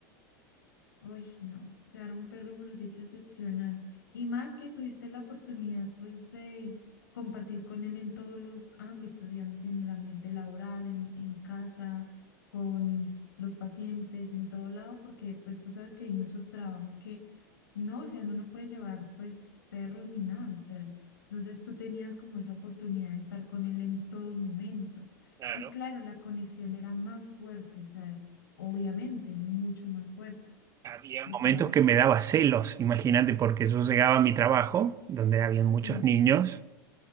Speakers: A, on the left (about 90°); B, on the right (about 30°).
A: Uy, no, o sea, era un perro, mejor dicho, excepcional. Y más que tuviste la oportunidad, pues, de compartir con él en todos los ámbitos, digamos, en el ambiente laboral, en, en casa, con los pacientes, en todo lado, porque, pues, tú sabes que hay muchos trabajos que no, o sea, no no puedes llevar, pues, perros ni nada, o sea, entonces tú tenías como esa oportunidad de estar con él en todo momento.
B: Claro,
A: Y claro, la conexión era más fuerte, o sea, obviamente, mucho más fuerte
B: había
A: porque
B: Momentos
A: era,
B: que
A: pues,
B: me daba celos, imagínate, porque yo llegaba a mi trabajo, donde habían
A: sí.
B: muchos niños,